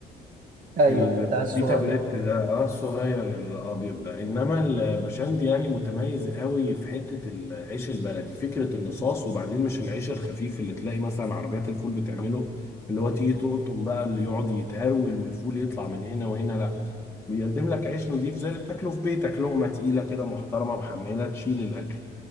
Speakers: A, on the right; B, on the left.
A: أيوه
B: البيتا
A: بتاع الصغير
B: بريد ده اه الصغير الابيض ده انما البشندي يعني متميز قوي في حته العيش البلدي فكره النصاص وبعدين مش العيش الخفيف اللي تلاقي مثلا عربيات الفول بتعمله اللي هو تيجي تقطم بقى اللي يقعد يتهرول والفول يطلع من هنا وهنا لا بيقدم لك عيش نظيف زي اللي بتاكله في بيتك لقمه تقيله كده محترمه محمله تشيل الاكل